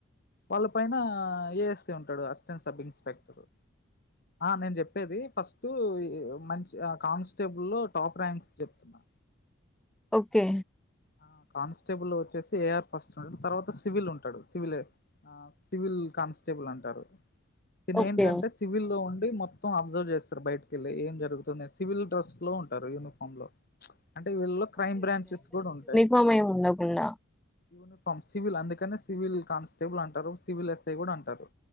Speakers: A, on the left; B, in the centre.
A: వాళ్ళ పైన ఎస్ డు అస్టెంట్ సబ్ ఇన్స్పెక్టర్ నేను చెప్పేది ఫస్ట్ మంచి కాస్టేబుల్ లో టాప్ ర్యాంక్ తున్నా
B: ఓకే
A: ఆ కానిస్టేబుల్ వచ్చేసి ఏ. ఆర్ ఫస్ట్ ఉంటడు. తర్వాత సివిల్ ఉంటాడు సివిల్ సివిల్ కానిస్టేబుల్ అంటారు. తినేంటంటే
B: ఓకే.
A: సివిల్ లోన్ ఇది మొత్తం అబ్జర్వ్ చేస్తారు బయటకెళ్ళి ఏం జరుగుతుంది సివిల్ డ్రెస్ లో ఉంటారు యూనిఫామ్ లో అంటే వీళ్ళలో క్రైమ్ బ్రాంచెస్ కూడా ఉ
B: సమయం ఉండకుండా
A: యూనిఫామ్ సివిల్ అందుకనే సివిల్ కానిస్టేబుల్ అంటారు. సివిల్ ఎస్ఐ కూడా అంటారు.